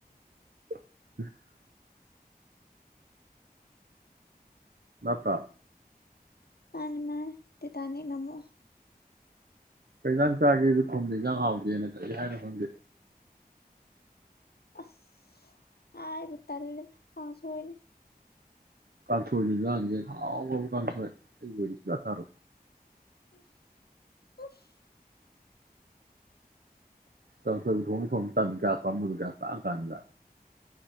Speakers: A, on the right; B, on the left.
A: <unintelligible> ꯅꯠꯇꯔ꯭
B: ꯃꯥꯅꯦ ꯃꯥ ꯇꯦꯇꯥꯅꯤꯛ ꯅꯝꯃꯛꯑꯣ
A: ꯀꯩꯏꯟꯖꯥꯡ ꯆꯥꯒꯦꯖꯨ ꯈꯨꯝꯗꯦ ꯏꯟꯖꯥꯡ ꯍꯥꯎꯇꯦꯅ ꯀꯩ ꯍꯥꯏꯅꯣ ꯈꯪꯗꯦ
B: ꯑꯁ ꯍꯥꯏꯕ ꯇꯜꯂꯤꯗ ꯀꯥꯡꯁꯣꯏꯅꯤ
A: ꯀꯥꯡꯁꯣꯏꯖꯨ ꯏꯟꯖꯥꯡ ꯅꯤ ꯀꯩꯅꯣ ꯍꯥꯎꯒꯔꯕ ꯀꯥꯡꯁꯣꯏ ꯑꯩꯒ ꯑꯣꯏꯗꯤ ꯁꯨꯡꯆꯥ ꯆꯥꯔꯣꯏ
B: <unintelligible>
A: ꯀꯥꯡꯁꯣꯏ ꯊꯣꯡꯅꯤ ꯊꯣꯡ ꯇꯟ ꯒꯌꯥꯁ ꯄꯥꯝꯃꯨ ꯒꯌ꯭ꯥꯁ ꯇꯥꯡꯉꯀꯥꯟꯖꯤꯗ